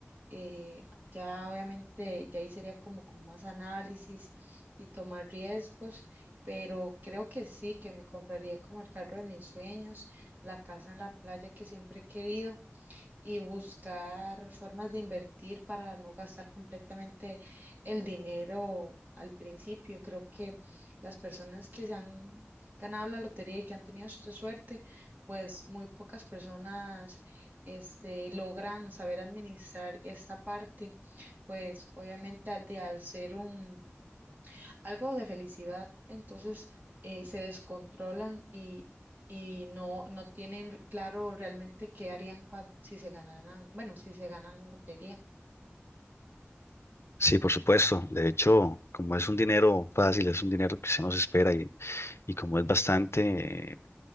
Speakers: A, on the right; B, on the left.
A: eh, ya obviamente, ya ahí sería como con más análisis y tomar riesgos, pero creo que sí, que me compraría como el carro de mis sueños, la casa en la playa que siempre he querido y buscar formas de invertir para no gastar completamente el dinero al principio. Creo que las personas que se han ganado la lotería y que han tenido esta suerte, pues muy pocas personas este, logran saber administrar esta parte, pues obviamente de al ser un algo de felicidad, entonces eh, se descontrolan y, y no, no tienen claro realmente qué harían cuan- si se ganaran, bueno, si se ganan la lotería.
B: Sí, por supuesto. De hecho, como es un dinero fácil, es un dinero que se nos espera y, y como es bastante